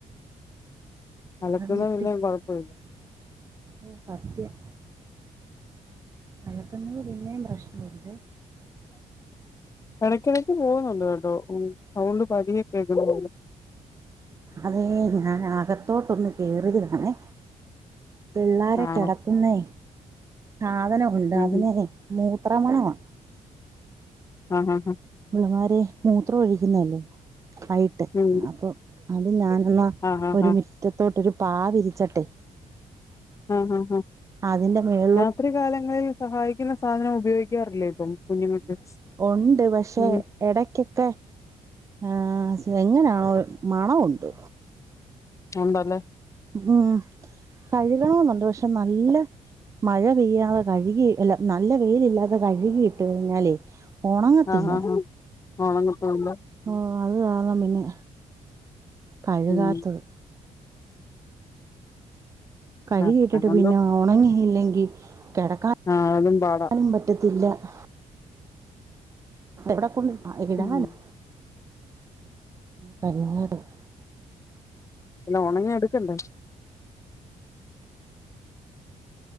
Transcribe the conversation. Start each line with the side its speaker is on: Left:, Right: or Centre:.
Left: അലക്കുന്നത്
Right: അത്
Left: പിന്നെ
Right: കിട്ടി
Left: കൊഴപ്പമില്ല
Right: ഓഹ് സത്യം അലക്കുന്നത് പിന്നെയും പ്രശ്നവില്ലേ
Left: എടക്കിടക്ക് പോകുന്നുണ്ട് കേട്ടോ ഉം സൗണ്ട് പതിയെ കേക്ക്ന്നപോ
Right: അതേ ഞാൻ അകത്തോട്ടൊന്ന് കേറിയതാണെ പിള്ളാരെ
Left: ആണോ
Right: കെടത്തുന്നെ സാധനം ഉണ്ട്
Left: ഉം
Right: അതിനെ
Left: ഉം
Right: മൂത്രമണവാ
Left: ആഹ് ഹാ ഹാ
Right: പിള്ളാരെ മൂത്ര ഒഴിക്കുന്നേല്ലേ പൈ
Left: ഉം
Right: അപ്പൊ അത് ഞാനെന്നാ
Left: ആഹ് ആഹ്
Right: ഒരു
Left: ആഹ്
Right: മിറ്റത്തോട് ഒരു പാ വിരിച്ചട്ടെ
Left: അഹ് ഹാ ഹാ
Right: അതിന്റെ മേള്
Left: രാത്രി കാലങ്ങളിൽ സഹായിക്കുന്ന സാധനം ഉപയോഗിക്കാറില്ലേ ഇപ്പം കുഞ്ഞുങ്ങൾക്ക്
Right: ഒണ്ട് പക്ഷേ
Left: ഉം
Right: എടെക്ക്യൊക്കെ ആഹ് സ് എങ്ങനാണോ മണമുണ്ട്
Left: നമ്പർല്
Right: ഉം കഴുകണംന്നുണ്ട് പക്ഷെ നല്ല മഴ പെയ്യാതെ കഴ്കി അല്ല നല്ല വെയിലില്ലാതെ കഴ്കിയിട്ട കഴിഞ്ഞാലേ ഒണങ്ങത്തില്ല
Left: ആഹ് ആഹ് ആഹ് ഓളാങ്ങ്പ്പവ്ണ്ട്
Right: ഓഹ് അത് കാര്ണം പിന്നെ കഴ്കാത്തെത്
Left: ഉം
Right: കഴികി
Left: ആഹ്
Right: ഇട്ടിട്ട്
Left: അതുകൊണ്ട്
Right: പിന്നെ ഒണങ്ങിയില്ലെങ്കി കെടക്കാ
Left: ആഹ് അതും പാടാ
Right: നും പറ്റത്തില്ല ആരാ വെടെകൊണ്ട് ആഹ് എവിടാനും
Left: ഉം
Right: പിന്നെ <unintelligible>
Left: എല്ലാം ഒണങ്ങി എടുക്കണ്ടേ